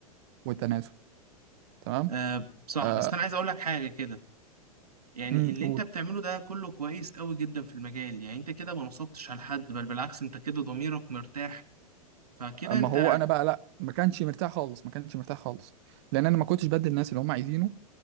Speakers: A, on the right; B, on the right.
A: وتناسب تمام
B: آه، صح
A: آه
B: بس أنا عايز أقول لك حاجة كده يعني
A: امم
B: اللي
A: قول
B: انت بتعمله ده كله كويس قوي جدا في المجال يعني انت كده ما نصبتش على حد بل بالعكس انت كده ضميرك مرتاح فكده
A: اما
B: انت
A: هو انا بقى لا ما كانش مرتاح خالص ما كانش مرتاح خالص لان انا ما كنتش بدي الناس اللي هم عايزينه